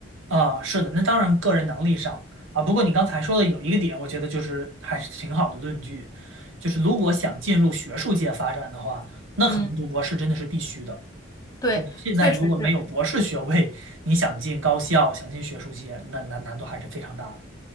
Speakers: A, on the right (about 75°); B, on the left (about 20°).
A: 啊，是的，那当然个人能力上啊。不过你刚才说的有一个点，我觉得就是还是挺好的论据，就是如果想进入学术界发展的话，那可能读博士真的是必须的。
B: 嗯对，
A: 就是现在如果没有博士学位，
B: 确实是。
A: 你想进高校、想进学术界，那难难度还是非常大的。